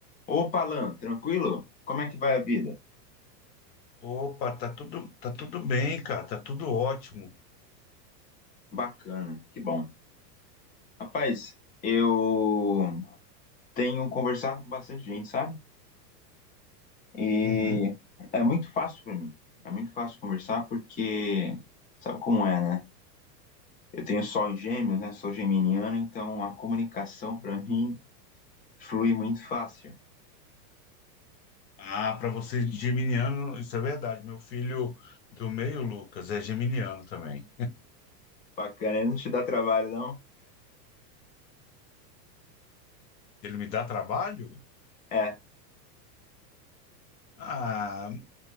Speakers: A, on the left; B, on the left.
A: Opa, Alan, tranquilo? Como é que vai a vida?
B: Opa, tá tudo, tá tudo bem, cara, tá tudo ótimo.
A: Bacana, que bom. Rapaz, eu tenho conversado com bastante gente, sabe? E
B: Uhum.
A: é muito fácil pra mim. É muito fácil conversar porque sabe como é, né? Eu tenho sol em Gêmeos, né? Sou geminiano, então a comunicação pra mim flui muito fácil.
B: Ah, para vocês geminiano, isso é verdade. Meu filho do meio, Lucas, é geminiano também.
A: Bacana, não te dá trabalho, não?
B: Ele me dá trabalho?
A: É.
B: Ah,